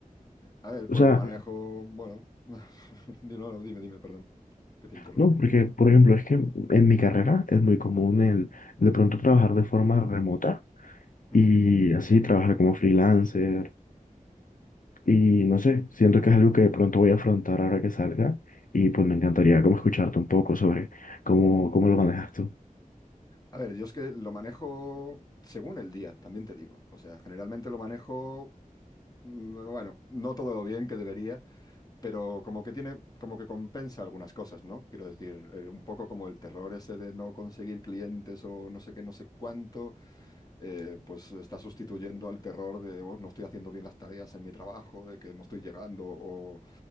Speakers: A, on the left (about 25°); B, on the left (about 70°).
A: A ver,
B: o
A: pues
B: sea,
A: lo manejo, bueno, <laughs> di- no, no, dime, dime, perdón, que te interrumpí.
B: no, porque por ejemplo es que en mi carrera es muy común el de pronto trabajar de forma remota.
A: Mm,
B: Y así trabajar como freelancer, Y no sé, siento que es algo que de pronto voy a afrontar ahora que salga y pues
A: ujú.
B: me encantaría como escucharte un poco sobre cómo, cómo lo manejas tú.
A: A ver, yo es que lo manejo según el día, también te digo. O sea, generalmente lo manejo Mm, Bueno, no todo lo bien que debería, pero como que tiene, como que compensa algunas cosas, ¿no? Quiero decir, eh, un poco como el terror ese de no conseguir clientes o no sé qué, no sé cuánto, eh, pues está sustituyendo al terror de "Oh, no estoy haciendo bien las tareas en mi trabajo, de que no estoy llegando o,